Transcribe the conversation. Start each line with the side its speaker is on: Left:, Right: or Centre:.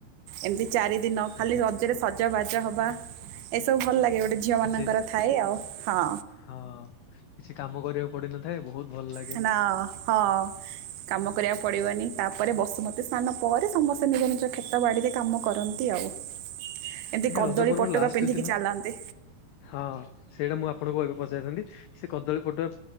Right: ଏମତି ଚାରି ଦିନ ଖାଲି
Left: ଆଜ୍ଞା
Right: ରଜରେ ସଜ ବାଜ ହବା ଏସବୁ ଭଲ ଲାଗେ ଗୋ ଟେ ଝିଅ
Left: କିଛି
Right: ମାନଙ୍କର ଥାଏ ଆଉ ହଁ।
Left: ହଁ କିଛି କାମ କରିବାକୁ ପଡିିନଥାଏ ବହୁତ ଭଲ ଲାଗେ।
Right: ହେ ନା ହ କାମ କରିବାକୁ ପଡିବନି ତାପରେ ବସୁମତୀ ସ୍ନାନ ପରେ ସମସ୍ତେ ନିଜ ନିଜ କ୍ଷେତ ବାଡିରେ କାମ କରନ୍ ନ୍ତି ଆଉ ଏମିତି
Left: ଆଜ୍ଞା
Right: କଦଳୀ
Left: ରଜ ପର୍ବ
Right: ପଟୁକା
Left: ଲାଷ୍ଟ
Right: ପିନ୍ଧିକି
Left: ଦିନ
Right: ଚାଲନ୍ତି।
Left: ହଁ ସେଇଟା ମୁଁ ଆପଣଙ୍କୁ ଏବେ ପଚାରିଥାନ୍ତି ସେ କଦଳୀ ପଟୁଆ